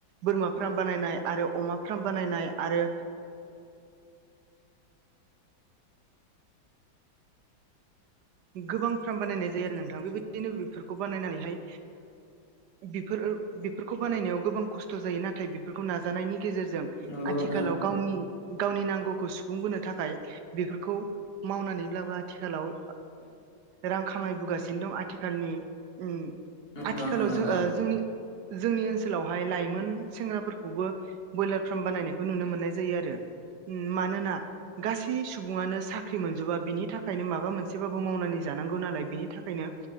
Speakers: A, on the right (about 75°); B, on the left (about 30°).
A: बोरमा फार्म बानायनाय आरो अमा फार्म बानायनाय आरो गोबां फार्म बानायनाय जायो आरो नोंथां बेबायदिनो बेफोरखौ बानायनानैहाय बेफोर बेफोरखौ बानायनायाव गोबां खस्थ' जायो नाथाय बेफोरखौ नाजानायनि गेजेरजों
B: नंगौ
A: आथिखालाव
B: नोंथां
A: गावनि गावनि नांगौखौ सुफुंबोनो थाखाय बेफोरखौ मावनानैब्लाबो आथिखालाव <unintelligible> ओ रां खामायबोगासिनो दं आथिखालनि ओ
B: नंगौ
A: आथिखालाव
B: नोंथां नंगौ
A: जों ओ जोंनि जोंनि ओनसोलावहाय लाइमोन सेंग्राफोरखौबो ब्रयलार फार्म बानायनायखौ नुनो मोननाय जायो आरो ओ मानोना गासै सुबुङानो साख्रि मोनजोबा बिनि थाखायनो माबा मोन सेबाबो मावनानै जानांगौ नालाय बिनि थाखायनो